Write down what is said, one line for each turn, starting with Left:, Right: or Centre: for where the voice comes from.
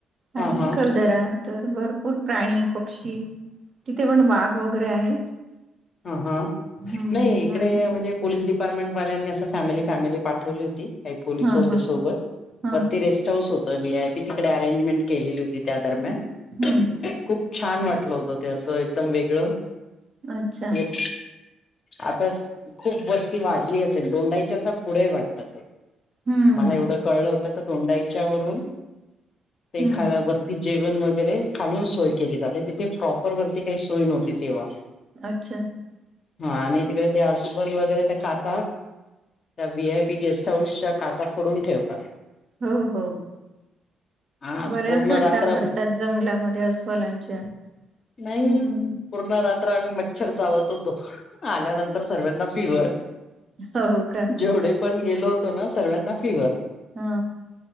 Left: हा
Right: आणि
Left: हा
Right: चिखलदरा. तर भरपूर प्राणी पक्षी तिथे पण वाघ वगैरे आहेत.
Left: ह हा
Right: हम्म
Left: नाही इकडे
Right: आणि
Left: म्हणजे पोलीस डिपार्टमेंटल्यांनी असं फॅमिली फॅमिली पाठवली होती. काही पोलीस
Right: हा
Left: होते
Right: हा
Left: सोबत
Right: हा
Left: वरती रेस्ट हाऊस होत. त व्हीआय तिकडे अरेंजमेंट केलेली होती त्या दरम्यान.
Right: हम्म
Left: खूप छान वाटलं होत ते असं एकदम वेगळं
Right: अच्छा
Left: एक आता खूप वस्ती वाढली असेल दोंडाईच्याचा पुढे वाटत ते
Right: हम्म
Left: मला
Right: हम्म
Left: एवढं कळलं होतं क तोंडाईच्या वरुन ते एखादावर
Right: हम्म
Left: पील जेवण वगैरे खालून सोय केली जाते तिथे प्रॉपर वरती काही सोय नव्हती तेव्हा.
Right: अच्छा.
Left: हा आणि तिकडे ते अस्वल वगैरे त्या काचा त्या व्ही आय पी गेस्ट हाऊसच्या काचा फोडून ठेवतात.
Right: हो हो.
Left: हा
Right: बऱ्याच
Left: पूर्ण
Right: घटना
Left: रात्र
Right: घडतात जंगलामध्ये अस्वलांच्या.
Left: नाही.
Right: हम्म
Left: पूर्ण रात्र आम्ही मच्छर चावत होतो आल्यानंतर सर्व्यांना फिवर.
Right: हो का.
Left: जेवढे पण गेलो होतो ना, सर्व्यांना फिवर.
Right: हा